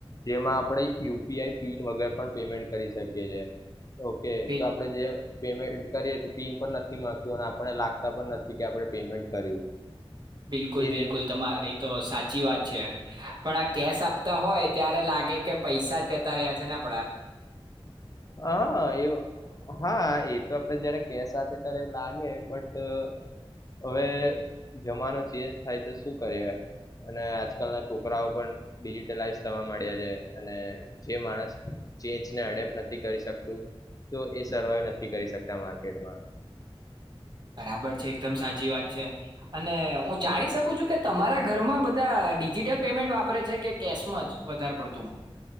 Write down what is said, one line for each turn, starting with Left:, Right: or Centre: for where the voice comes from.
Left: જેમાં આપણે યુ પી આઈ પીન વગર પણ પેમેન્ટ કરી શકીએ છે. ઓકે
Right: બિલ
Left: તો આપડે જ્યાં પેમેન્ટ કરીએ તો પીન પણ નથી માંગતું અને આપને લાગતા પણ નથી કે આપણે પેમેન્ટ કર્યું.
Right: બિલકુલ
Left: એ
Right: બિલકુલ તમારી તો સાચી વાત છે. પણ આ કેશ આપતા હોય ત્યારે લાગે કે પૈસા જ ગતા રહ્યા છે ને આ
Left: હા એઓ હા એ તો આપડે જયારે કેશ <unintelligible> લાગે બટ અહ હવે જમાનો ચેન્જ થાય તો શું કરીએ અને આજકાલના છોકરાઓ પણ ડિજિટલાઈઝ થવા માંડ્યા છે અને જે માણસ ચેજને એડેપ્ટ નથી કરી શકતું તો એ સર્વાઈવ નથી કરી શકતા માર્કેટમાં.
Right: બરાબર છે. એકદમ સાચી વાત છે અને હું જાણી શકું છું કે તમારા ઘરમાં બધા ડિજિટલ પેમેન્ટ વાપરે છે કે કેશમાં જ વધારે પડતું??